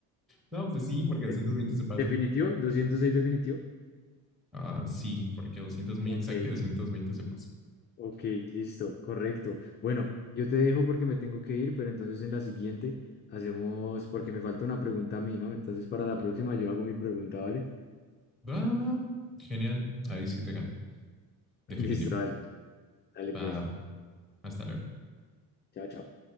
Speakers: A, in the centre; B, on the left.
A: No, pues sí, porque 220
B: De-
A: se pasa.
B: ¿Definitivo? ¿doscientos seis definitivo?
A: Ah, sí, porque 200 es muy
B: Ok.
A: exacto y 220 se pasa.
B: Ok, listo, correcto. Bueno, yo te dejo porque me tengo que ir, pero entonces en la siguiente hacemos, porque me falta una pregunta a mí, ¿no? Entonces para la próxima yo hago mi pregunta, ¿vale?
A: Va, va. Genial. Ahí sí te gano.
B: <laughs>
A: Definitivo.
B: Listo, dale, dale pues.
A: Va, va. Hasta luego.
B: Chao, chao.